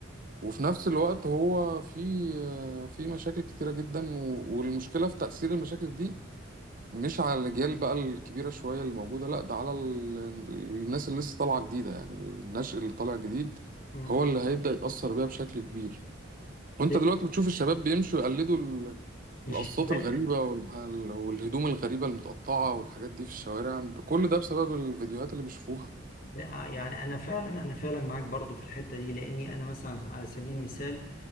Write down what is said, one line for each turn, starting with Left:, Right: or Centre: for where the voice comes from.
Right: وفي نفس الوقت هو في آه، في مشاكل كتيرة جدا و- والمشكلة في تأثير المشاكل دي مش على الأجيال بقى الكبيرة شوية اللي موجودة لأ ده على ال- الناس اللي لسه طالعة جديدة يعني النشء اللي طالع جديد
Left: مم.
Right: هو اللي هيبدأ يتأثر بيها بشكل كبير وأنت
Left: ليه
Right: دلوقتي بتشوف الشباب بيمشوا يقلدوا ال-
Left: مش
Right: القصات
Left: الشباب
Right: الغريبة وال- والهدوم الغريبة المتقطعة والحاجات دي في الشوارع كل ده بسبب الفيديوهات اللي بيشوفوها
Left: ده- يعني انا فعلا انا فعلا معاك برضو في الحته دي لاني انا مثلا على سبيل المثال